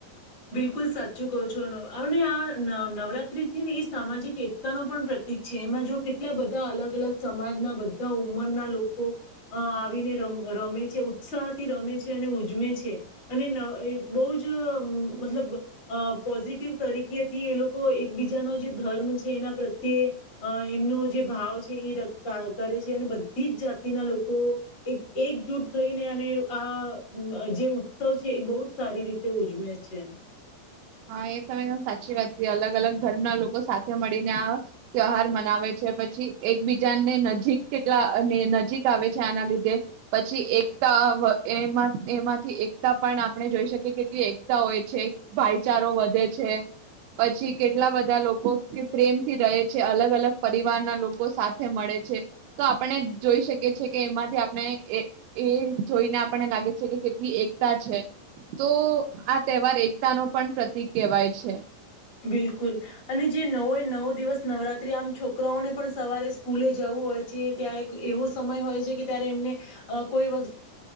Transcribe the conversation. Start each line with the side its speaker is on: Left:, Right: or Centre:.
Left: બિલકુલ સાચું કહો છો નવ અને આ ન નવરાત્રી છે ને એ સામાજિક એકતાનો પણ પ્રતિક છે. એમાં જો કેટલા બધા અલગ અલગ સમાજના બધા ઉંમરના લોકો અ આવીને રમ રમે છે, ઉત્સાહથી રમે છે અને ઉજવે છે અને નવ અ બોઉજ મતલબ અ પોઝિટિવ તરીકેથી એ લોકો એકબીજાનો જે ધર્મ છે એના પ્રત્યે અ એમનો જે ભાવ છે ઈ ર ક કા કરે છે અને બધી જ જાતિના લોકો એક એકજૂટ થઈને અને આ અ જે ઉત્સવ છે, એ બોઉજ સારી રીતે ઉજવે છે. <unintelligible>
Right: હા, એ <unintelligible> સાચી વાત તે અલગ અલગ ધર્મના લોકો સાથે મળીને આ ત્યોહાર મનાવે છે, પછી એકબીજાને નજીક કેટલા અને નજીક આવે છે, આના લીધે પછી એકતા વ એમાં એમાં એકતા પણ આપણે જોઈ શકીએ, કેટલી એક તા હોય છે, ભાઈ. ચારો વધે છે, પછી કેટલા બધા લોકો કે પ્રેમથી રહે છે, અલગ અલગ પરિવારના લોકો સાથે મળે છે, તો આપણને જોઈ શકીએ છીએ કે, એમાંથી આપને એ જોઈને આપણ ને લાગે છે કે કેટલી એકતા છે, તો આ તહેવાર એકતાનો પણ પ્રતિક કહેવાય છે.
Left: બિલકુલ અને જે નવ એ નવ દિવસ નવરાત્રી આમ છોકરાઓને પણ સવારે સ્કૂલે જવું હોય છે, ત્યારે એવો સમય હોય છે કે, ત્યારે એમને કોઈ વસ